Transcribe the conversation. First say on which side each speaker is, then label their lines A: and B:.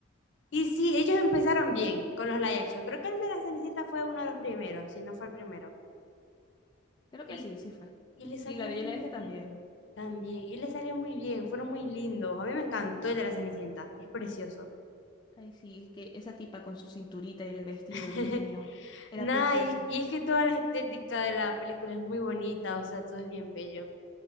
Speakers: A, on the left; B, on the left.
A: Y sí, ellos empezaron bien
B: <laughs>
A: con los live action. Creo que el de la Cenicienta fue uno de los primeros, si no fue el primero.
B: Creo
A: Y,
B: que sí, sí fue.
A: y le salió
B: Y la Bella
A: muy
B: y la Bestia
A: bien
B: también.
A: también. Y le salió muy bien, fueron muy lindos. A mí me encantó el de la Cenicienta, es precioso.
B: Ay, sí, es que esa tipa con su cinturita y el vestido,
A: <laughs>
B: Dios mío, era
A: Nada,
B: precioso.
A: y, y es que toda la estética de la película es muy bonita, o sea, todo es bien bello,